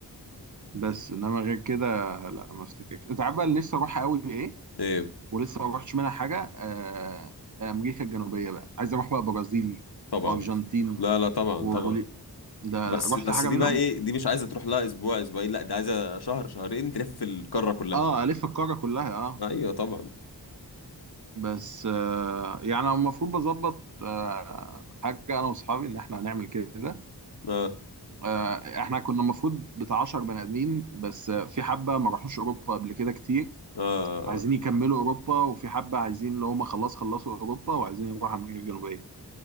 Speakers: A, on the right (about 50°); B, on the left (about 70°).
A: بس انما غير كده لا ما افتكرش انت عارف بقى اللي نفسي اروحها قوي ايه
B: ايه
A: ولسه ما روحتش منها حاجه آه، آه، امريكا الجنوبيه بقى عايز اروح بقى برازيل
B: طبعا
A: وارجنتين
B: لا لا طبعا
A: وبولي
B: طبعا
A: لا
B: بس
A: لا رحت
B: بس
A: حاجه
B: دي
A: منهم
B: بقى ايه دي مش عايزه تروح لها اسبوع اسبوعين لا دي عايزه شهر شهرين تلف القاره كلها
A: اه الف القاره كلها اه
B: ايوه طبعا
A: بس آه يعني أنا المفروض بظبط آه حاجه انا واصحابي ان احنا هنعمل كده
B: اه اه
A: آه، احنا كنا المفروض بتاع 10 بني ادمين بس آه، في حبه ما راحوش اوروبا قبل كده كتير
B: آه.
A: فعايزين
B: آه.
A: يكملوا اوروبا وفي حبه عايزين اللي هم خلاص خلصوا اوروبا وعايزين يروحوا امريكا الجنوبيه